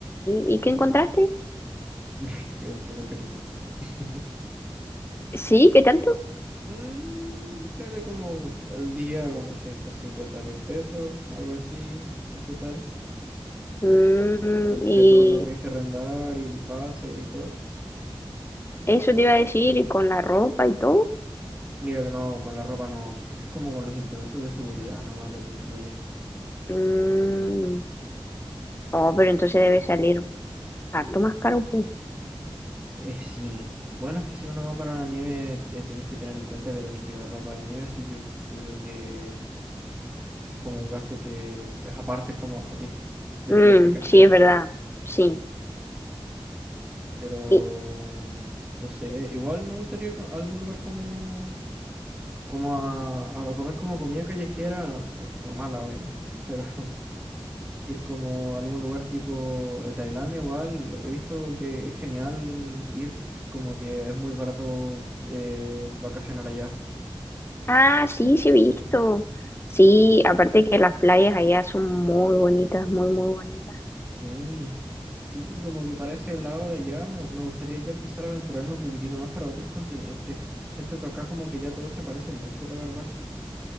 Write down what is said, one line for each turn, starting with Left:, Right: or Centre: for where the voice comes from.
Left: y qué encontraste?
Right: <laughs> que es un poco carito. <laughs>
Left: Sí, ¿qué tanto?
Right: Mm, dale como el día como ciento cincuenta mil pesos, algo así, en total.
Left: Mm,
Right: entre
Left: y
Right: todo lo que hay que arrendar y el pase y todo.
Left: eso te iba a decir, y con la ropa y todo.
Right: Mira que no, con la ropa no. Es como con los implementos de seguridad nomás lo que incluye.
Left: Mm, oh, pero entonces debe salir harto más caro. pues.
Right: Eh, sí. Bueno, es que si uno va para la nieve, eh, tenéis que tener en cuenta que tenéis que llevar ropa de nieve, así que yo, yo creo que es como un gasto que es aparte, es como dis- del
Left: Mm,
Right: viaje, ¿cachai?
Left: sí, es verdad. Sí.
Right: Pero,
Left: Y,
Right: mm, no sé, igual me gustaría ir co- a algún lugar como, como a, a comer como comida callejera, pero no mala, obviamente, <laughs> pero Ir como a algún lugar tipo eh, Tailandia igual, he visto que es genial ir, como que es muy barato eh, vacacionar allá.
Left: ah, sí, sí he visto. Sí, aparte que las playas allá son muy bonitas, muy, muy bonitas.
Right: Sí, sí, y como que para ese lado de allá me, me gustaría ya empezar a aventurarme un poquitito más para otros continentes. Siento que acá como que ya todo se parece mucho, la verdad.